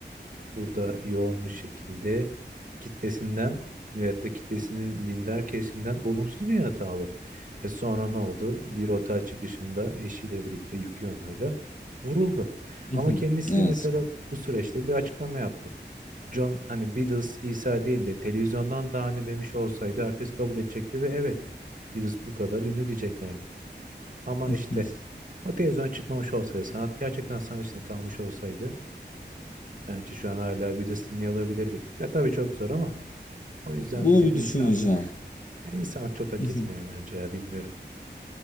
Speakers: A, on the right; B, on the left.
A: Burada yoğun bir şekilde kitlesinden veyahut da kitlesinin dindar kesimden olumsuz bir yanıt aldı. E sonra ne oldu? Bir otel çıkışında eşiyle birlikte Yoko Ono'yla vuruldu.
B: <laughs>
A: Ama kendisi
B: Evet.
A: mesela bu süreçte bir açıklama yaptı. John hani Beatles İsa değil de televizyondan daha ünlü demiş olsaydı herkes kabul edecekti ve evet Beatles bu kadar ünlü diyeceklerdi. Ama
B: <laughs>
A: işte o televizyon çıkmamış olsaydı, sanat gerçekten sanat içinde kalmış olsaydı bence şu an hala bir de dinliyor olabilirdik. Ve tabii çok zor ama o yüzden
B: Bunu
A: bir tek
B: bir
A: insanlık,
B: düşüneceğim.
A: ya insanlık çok hak
B: <laughs>
A: etmiyor bence ya bilmiyorum.